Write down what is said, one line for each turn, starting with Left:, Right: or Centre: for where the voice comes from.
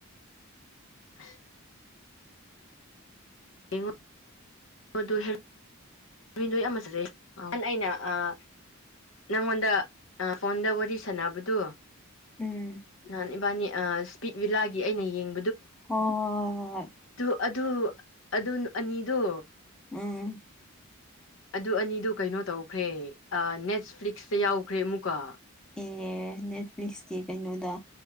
Left: <unintelligible> ꯌꯦꯡꯉꯣ ꯑꯗꯨ ꯍꯦꯟ <unintelligible> ꯉꯍꯥꯟ ꯑꯩꯅ ꯑꯥ ꯅꯪꯉꯣꯟꯗ ꯑꯥ ꯐꯣꯟꯗ ꯋꯥꯔꯤ ꯁꯥꯟꯅꯕꯗꯨ
Centre: ꯎꯝ ꯍꯣꯏ ꯍꯣꯏ
Left: ꯅꯍꯥꯟ ꯏꯕꯥꯅꯤ ꯑꯥ ꯁ꯭ꯄꯤꯠ ꯚꯤꯂꯥꯒꯤ ꯑꯩꯅ ꯌꯦꯡ
Centre: ꯍꯣ ꯍꯣ ꯍꯣ ꯍꯣꯏ
Left: ꯑꯗꯨ ꯑꯗꯨ ꯑꯅꯤꯗꯨ
Centre: ꯎꯝ
Left: ꯑꯗꯨ ꯑꯅꯤꯗꯨ ꯀꯩꯅꯣ ꯇꯧꯈ꯭ꯔꯦ ꯅꯦꯠꯐ꯭ꯂꯤꯛꯁꯇ ꯌꯥꯎꯈ꯭ꯔꯦ ꯑꯃꯨꯛꯀ
Centre: ꯑꯦ ꯅꯦꯠꯐ꯭ꯂꯤꯛꯁꯀꯤ ꯀꯩꯅꯣꯗ